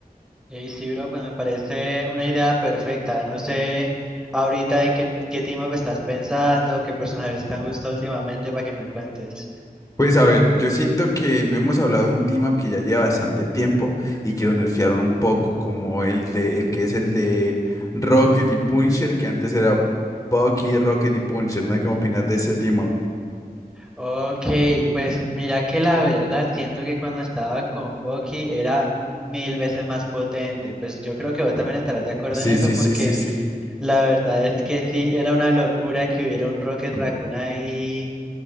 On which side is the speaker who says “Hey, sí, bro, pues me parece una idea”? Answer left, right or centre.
Centre